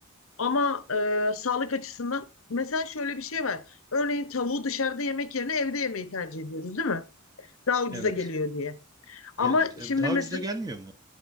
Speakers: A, on the left (about 70°); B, on the right (about 20°).
A: Ama e, sağlık açısından mesela şöyle bir şey var. Örneğin tavuğu dışarıda yemek yerine evde yemeyi tercih ediyoruz, değil mi? Daha ucuza
B: evet.
A: geliyor diye. Ama
B: Gene-
A: şimdi
B: Daha
A: mesela
B: ucuza gelmiyor mu?